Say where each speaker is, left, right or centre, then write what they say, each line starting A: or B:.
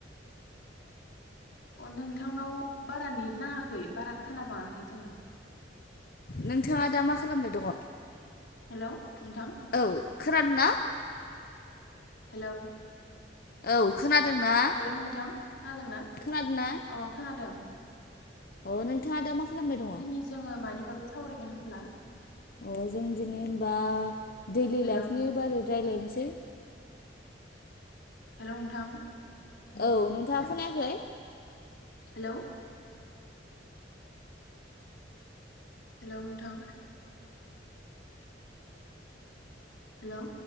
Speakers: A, on the left; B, on the left.
A: अ नोंथांनाव बारा नेट नाङाखै बारा खोनाबाङाखै जोङो
B: नोंथाङा दा मा खालामबाय दङ
A: हेलौ नोंथां
B: औ खोनादों ना
A: हेलौ
B: औ खोनादोंना
A: हेलौ नोंथां खोनादों ना अ
B: खोनादोंना
A: खोनादों
B: अह नोंथाङा दा मा खालामबाय दङ
A: दिनै जोङो मानि बागै सावरायगोन होनब्ला
B: अ जों दिनै होनबा दैडलि
A: हेलौ
B: लाइफनि बारै रायज्लायनोसै
A: हेलौ नोंथां
B: औ नोंथांङा खोनायाखै
A: हेलौ हेलौ नोंथां हेलौ